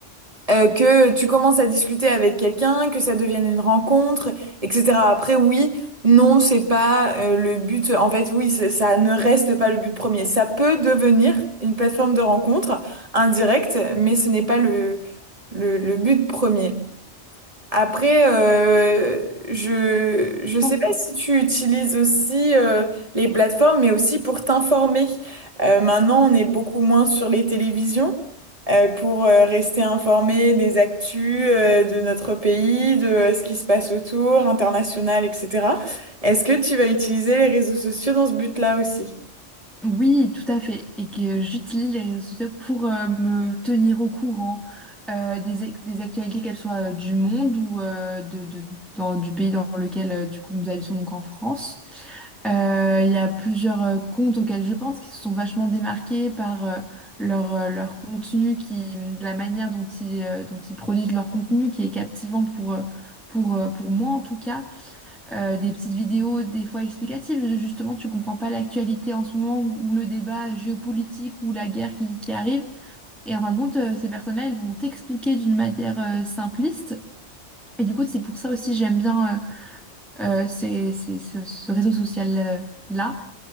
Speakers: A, on the right (about 30°); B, in the centre.
A: euh, que tu commences à discuter avec quelqu'un, que ça devienne une rencontre, etc. Après, oui, non, c'est pas euh, le but. En fait, oui, ça ça ne reste pas le but premier. Ça peut devenir une plateforme de rencontre indirecte, mais ce n'est pas le, le, le but premier. Après, euh, je je
B: Je
A: sais
B: pense
A: pas si tu utilises aussi euh, les plateformes, mais aussi pour t'informer. Euh, maintenant, on est beaucoup moins sur les télévisions euh, pour euh, rester informé des actus euh, de notre pays, de euh, ce qui se passe autour, international, etc. Est-ce que tu vas utiliser les réseaux sociaux dans ce but-là aussi?
B: Oui, tout à fait. Et que j'utilise les réseaux sociaux pour euh, me tenir au courant euh, des, ac- des actualités, qu'elles soient euh, du monde ou euh, de, de- dans- du pays dans lequel euh, du coup nous habitons, donc en France. Euh, Il y a plusieurs euh, comptes auxquels je pense qui se sont vachement démarqués par euh, leur, euh, leur contenu, qui, de la manière dont ils, euh, dont ils produisent leur contenu, qui est captivant pour, euh, pour, euh, pour moi en tout cas euh, des petites vidéos des fois explicatives. Justement, tu comprends pas l'actualité en ce moment ou, ou le débat géopolitique ou la guerre qui, qui arrive. Et en fin de compte, euh, ces personnes-là, elles vont t'expliquer d'une manière euh, simpliste. Et du coup, c'est pour ça aussi j'aime bien euh, euh, ces- ces- ce, ce réseau social-là.